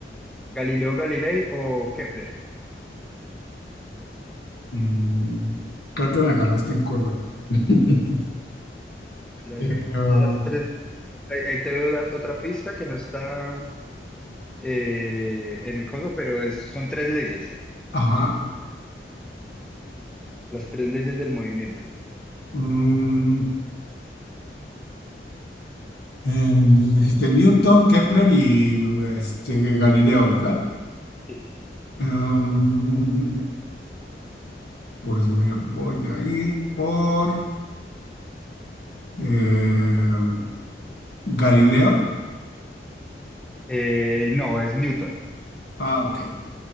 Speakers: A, in the centre; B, on the left.
A: Galileo Galilei o Kepler.
B: Mm, creo que me agarraste en curva. <laughs>
A: La-
B: Eh, um,
A: las tres. Ahí, ahí te doy otra otra pista que no está eh, en el coso, pero es- son tres leyes.
B: ajá.
A: Las tres leyes del movimiento.
B: Mm, Em, dijiste Newton, Kepler y este, Galileo, ¿verdad?
A: Sí.
B: Em, pues me voy a ir por em, Galileo.
A: Eh, no, es Newton.
B: Ah, ok. Eh,